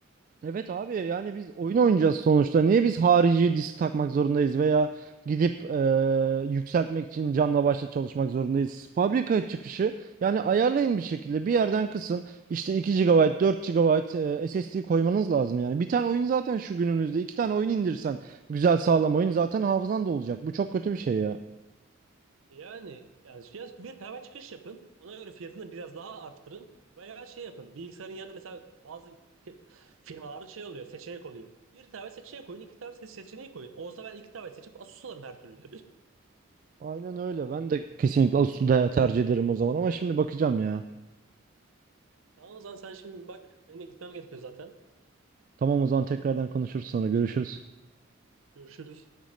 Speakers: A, on the right (about 40°); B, on the right (about 85°).
A: Evet abi yani biz oyun oynayacağız sonuçta. Niye biz harici disk takmak zorundayız veya gidip eee, yükseltmek için canla başla çalışmak zorundayız? Fabrika çıkışı yani ayarlayın bir şekilde bir yerden kısın işte iki gigabayt 4 gigabayt eee, SSD koymanız lazım yani. Bir tane oyun zaten şu günümüzde iki tane oyun indirsen güzel sağlam oyun zaten hafızan da olacak. Bu çok kötü bir şey ya.
B: Yani yani fiyat, bir tane çıkış yapın. Ona göre fiyatını biraz daha arttırın. Veya şey yapın. Bilgisayarın yanında mesela bazı ke- firmalarda şey oluyor. Seçenek oluyor. Bir tane seçeneği koyun. iki tane se- seçeneği koyun. Olsa ben iki tane seçip Asus alırım her türlü.
A: Aynen öyle ben de kesinlikle Asus'u da tercih ederim o zaman ama şimdi bakacağım ya.
B: <laughs> Tamam o zaman sen şimdi bak. Benim de gitmem gerekiyor zaten.
A: Tamam o zaman tekrardan konuşuruz sonra görüşürüz.
B: Görüşürüz.